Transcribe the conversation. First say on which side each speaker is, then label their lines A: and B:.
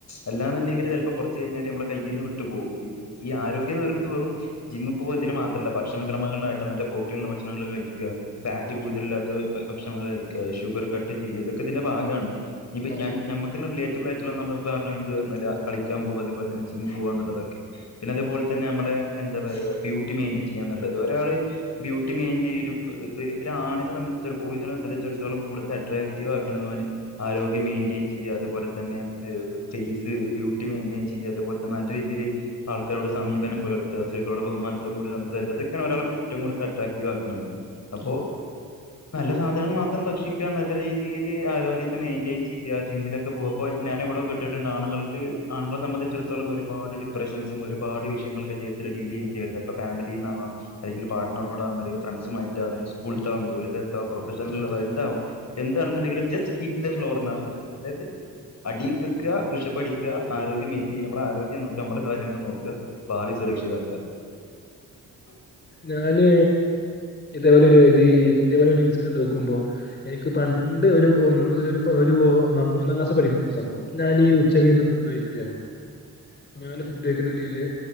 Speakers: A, on the left; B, on the left.
A: അല്ലാന്നുണ്ടെങ്കിൽ ചെലപ്പോ കുറച്ച് കഴിഞ്ഞാൽ നമ്മ കയിൽന്ന് വിട്ടു പോവും ഈ ആരോഗ്യം എന്ന് പറയുന്നത് വെറും ജിമ്മിൽ പോക ഇതിന് മാത്രല്ല ഭക്ഷണ ക്രമങ്ങളായിട്ട് നല്ല പ്രോട്ടീനുള്ള ഭക്ഷണങ്ങൾ കഴിക്ക ഫാറ്റ് കൂട്തല് ല്ലാത്ത ഭ ഭക്ഷണങ്ങൾ കഴിക്കാ, ഷുഗർ കട്ട് ചെയ്യാ. തൊക്കെ തിന്റെ ഭാഗാണ്. ഞ്ഞിപ്പം
B: ആ,
A: ഞാന് ഞമ്മക്ക് ന്ന് <unintelligible> <unintelligible> മറ്റെ കളിക്കാം പോവാ അതെ പോലെ തന്നെ ജിമ്മ് പോവാ ന്ന് ള്ളൊതൊക്കെ പിന്നെ അതുപോലെ തന്നെ അമ്മളെ എന്താ പറയാ ബ്യൂട്ടി മെയ്ൻ്റേം ചെയ്യാന്ന് ള്ളത്. ഒരാള് ബ്യൂട്ടി മെയിൻ ചെയ്ലും ഒര് ഒര് ഒരാണിൻ്റെ സംബന്ധിച്ച് ഒര് ബോയ്സിനെ സംബന്ധിച്ചിടത്തോളം കൂടുതല് അട്രാക് റ്റീവ് ആക്ക്ണത് ഓൻ്റെ ആരോഗ്യം മെയിൻ്റേം ചെയ്യാ. അതുപോലെ തന്നെ ഏഹ് ഫേയ്സ് ബ്യൂട്ടി മെയിൻ്റെൺ ചെയ്യാ അതേപലെ തന്നെ നല്ല രീതീല് ആൾക്കാരോട് സമീപനം പുലർത്താ. സ്ത്രീകളോട് ബഹമാനത്തോടു കൂടി സംസാരിക്കാ. തൊക്കെയാണ് ഒരാള് ഏറ്റവും കൂടുതല് അട്രാക്റ്റീവ് ആക്ക്ണെ. അപ്പൊ
B: ആ,
A: നല്ല സാധനങ്ങൾ മാത്രം ഭക്ഷിക്കാ. നല്ല രീതിയില് ആരോഗ്യത്തെ മെയിൻ്റെയിൻ ചെയ്യാ. ജിമ്മിലൊക്കെ പോ.... അപ്പൊ ഞാന് എവ്ടൊ കേട്ട്ട്ടുണ്ട് ആണ്ങ്ങൾക്ക് ആണുങ്ങളെ സംബന്ധിച്ചട്ത്തോളം ഒരുപാട് ഡിപ്രഷൻസും ഒരുപാട് വിഷയങ്ങളൊക്കെ ചെയ്ത് <unintelligible> അപ്പം ഫാമിലീന്നാവാം. അല്ലെങ്കി പാർട്ണറോടാവാം, അല്ലെങ്കില് ഫ്രണ്ട്സുമായിട്ടാവാം, അ.... സ്കൂൾത്താവം,
B: ഉം,
A: ജോലി സ്ഥലത്താവാം, പ്രൊഫഷണല് ള്ളവാം,
B: അതെ
A: എന്താവാം എന്താണ്ന്ന്ണ്ടെങ്കിലും ജസ്റ്റ് ഹിറ്റ് ദ ഫ്ലോറ് ന്നാവാം ക അതായത് അടിവെക്കാ, പുഷ്ഷപ്പടിക്കാ, ആരോഗ്യം മെയിൻ്റെയ്യാ. അമ്മളെ ആരോഗ്യം നോക്കാ, അമ്മളെ കാര്യങ്ങള് നോക്കാ. ഭാവി സുരക്ഷിതാക്കാ. ആ
B: ഞാന് ഇതേപോലെ ഒര് തീ ഇതേപോലൊരു ഇൻസിഡന്റ് നോക്കുമ്പൊ എനിക്ക് പണ്ട് ഒരു ഒന്നതില് ഒരു പ ഒരു ന്നാ മൂന്നാം ക്ലാസ് പഠിക്കുമ്പൊ ഒര് സംഭവം ഞാനീ ഉച്ചക്ക് ഇര്ന്ന് ഫുഡ്കഴിക്കുവായിരുന്നു ഞാൻ ഫുഡ് കഴിക്കുന്നതിനിടയില്